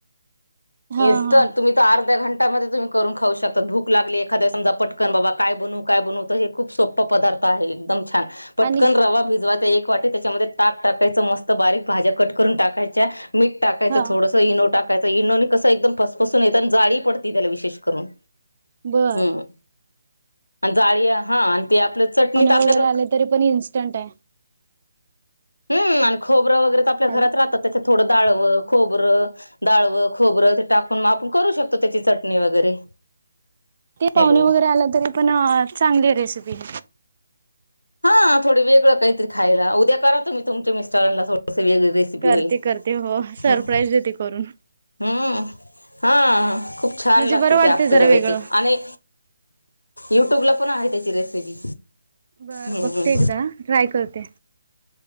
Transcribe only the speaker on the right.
हा
हा
आणि
हा
बर.
सोने
वगैरे आले तरी पण इन्स्टंट आहे
हॅलो
ते पाहुणे
वगैरे आलं तरी पण चांगली आहे रेसिपी
करते
करते हो सरप्राईज
देते करून
म्हणजे
बरं वाटते
जरा
वेगळं.
बर
बघते एकदा ट्राय करते